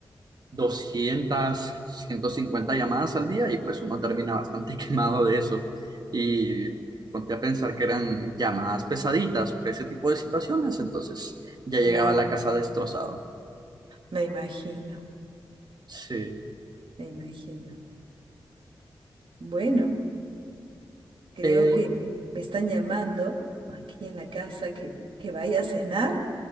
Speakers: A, on the right (about 50°); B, on the right (about 70°).
A: doscientas ciento cincuenta llamadas al día y pues uno termina bastante <laughs> quemado de eso. Y ponte a pensar que eran llamadas pesaditas por ese tipo de situaciones, entonces ya llegaba
B: Claro,
A: a la casa destrozado.
B: me imagino,
A: Sí.
B: me imagino. Bueno. Creo
A: Eh,
B: que me están llamando aquí en la casa que, que vaya a cenar.